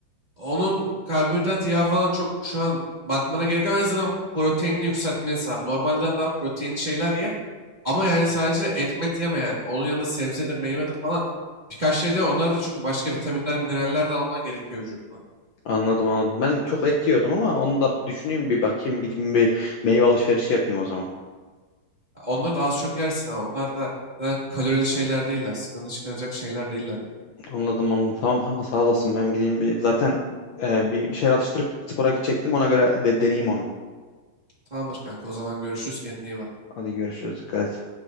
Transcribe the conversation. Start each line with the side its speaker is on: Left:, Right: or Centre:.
Right: Onun karbonhidrat, yağ falan çok şu an bakmana gerek yok. En azından proteinini yükseltmesi lazım. Normalden daha proteinli şeyler ye. Ama yani sadece et met yeme yani. Onun yanında sebzedir, meyvedir falan. Birkaç şeyler onlar da çünkü başka vitaminler, mineraller de alman gerekiyor vücuduna.
Left: Anladım anladım. Ben çok et yiyordum ama onu da düşüneyim bir bakayım gideyim bir meyve alışverişi yapayım o zaman.
Right: Onları da az çok yersin ha. Onlar da zaten kalorili şeyler değiller. Sıkıntı çıkaracak şeyler değiller ya.
Left: Anladım anladım. Tamam kanka sağ olasın ben gideyim bir zaten e, bir, bir şeyler atıştırıp spora gidecektim ona göre de, deneyeyim onu.
Right: Tamamdır kanka o zaman görüşürüz kendine iyi bak.
Left: Hadi görüşürüz dikkat et.